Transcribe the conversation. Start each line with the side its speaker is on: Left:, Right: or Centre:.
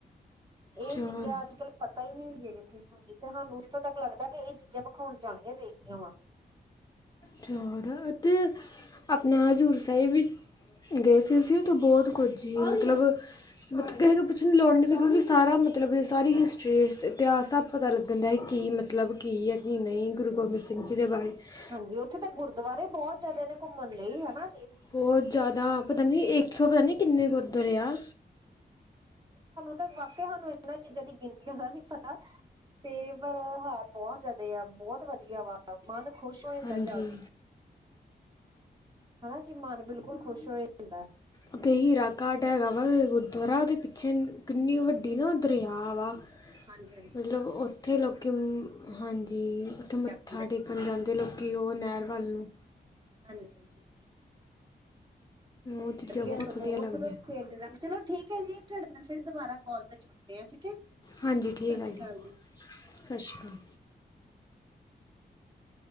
Right: ਇਹ
Left: ਚੋਰ
Right: ਚੀਜ਼ਾਂ ਅਜ ਕਲ ਪਤਾ ਈ ਨਹੀ ਹੈਗੀਆਂ ਕਿਸੇ ਨੂੰ, ਵੀ ਤੇ ਸਾਨੂੰ ਜਿਥੋਂ ਤਕ ਲਗਦੇ ਕਿ ਇਹ ਚੀਜ਼ਾਂ ਵਿਖਾਉਣ ਜਾਣੀਆਂ ਚਾਹੀਦੀਆਂ ਵਾ
Left: ਚਰ ਅਤੇ ਅਪਨਾ ਹਜ਼ੂਰ ਸਾਹਿਬ ਵੀ ਗਏ ਸੀ ਅਸੀ, ਉਹ ਤੇ ਬਹੁਤ ਕੁਝ ਹੀ ਮਤਲਬ ਮਤਬ ਕਿਹੇ ਪੁੱਛਣ ਦੀ ਲੋੜ ਨੀ ਪਈ ਕਿਉਕਿ ਸਾਰਾ ਮਲ ਮਤਲਬ ਇਹ ਸਾਰੀ ਹਿਸਟਰੀ ਇਤਿਹਾਸ, ਸਬ ਪਤਾ ਲੱਗਨ ਦਯਾ ਹੈ, ਕੀ ਮਤਲਬ ਕੀ ਹੈ। ਕੀ ਨਹੀ ਗੁਰੂ ਗੋਬਿੰਦ ਸਿੰਘ ਜਿਹ ਦੇ ਬਾਰੇ ਚ
Right: ਹਾਂਜੀ, ਉਥੇ ਤਾਂ ਗੁਰਦੁਆਰੇ ਬਹੁਤ ਜਿਆਦੇ ਨੇ ਘੁਮਨ ਲਈ, ਹੇਨਾ
Left: ਬਹੁਤ ਜ਼ਿਆਦਾ, ਪਤਾ ਨੀ ਏਕ ਸੋ ਪਤਾ ਨੀ ਕਿਨੇ ਗੁਰਦੁਆਰੇ ਆ
Right: ਤੇ ਵਾਕਿਆ ਮੈਨੂੰ ਇਹਨਾਂ ਚੀਜ਼ਾਂ ਦੀ ਗਿਨਤੀਆਂ ਦਾ ਨੀ ਪਤਾ, ਤੇ ਪਰ ਹੈ ਬਹੁਤ ਜ਼ਿਆਦੇ ਆ ਬਹੁਤ ਵਧੀਆ ਵਾ, ਮਨ ਖੁਸ਼ ਹੋ ਜਾਦਾਂ
Left: ਹਾਂਜੀ
Right: ਜਾ ਕੇ ਹੇਨਾ ਜੀ, ਮਨ ਬਿਲਕੁਲ ਖੁਸ਼ ਹੋ ਜਾਂਦੇ
Left: ਅਤੇ ਹੀਰਾ ਘਾਟ ਹੈਗਾ ਅਵਲ ਗੁਰਦੁਆਰਾ ਉਦੇ ਪਿਛੇ ਕਿਨੀ ਵਡੀ ਨਾ ਦਰਿਆ ਵਾ
Right: ਹਾਂਜੀ ਅ-
Left: ਮਤਲਬ ਉਥੇ ਲੋਕੀ, ਹਾਂਜੀ, ਉਥੇ
Right: ਹੀਰਾ
Left: ਮਥਾ
Right: ਕੁੰਡ ਜੀ
Left: ਟੇਕਣ ਜਾਂਦੇ ਲੋਕੀ ਉਹ ਨਹਿਰ ਗੱਲ ਨੂੰ-
Right: ਹਾਂਜੀ- ਹਾਂਜੀ
Left: ਉਹ ਚੀਜ਼ਾਂ
Right: ਵਧੀਆ
Left: ਬਹੁਤ
Right: ਸਗੋਂ
Left: ਲੱਗਦੀਆਂ
Right: ਉਥੋਂ ਸਵੇਰ ਦੇ, ਚਲੋ ਠੀਕ ਹੈ ਜੀ, ਤੁਹਾਡੇ ਨਾਲ ਫਿਰ ਦੁਬਾਰਾ ਕਾਲ ਤੇ <unintelligible>
Left: ਹਾਂਜੀ ਠੀਕ
Right: ਸਸ
Left: ਆ
Right: ਸ੍ਰੀ ਕਾਲ ਜੀ।
Left: ਸਤਿ ਸ਼੍ਰੀ ਅਕਾਲ
Right: <inaudible>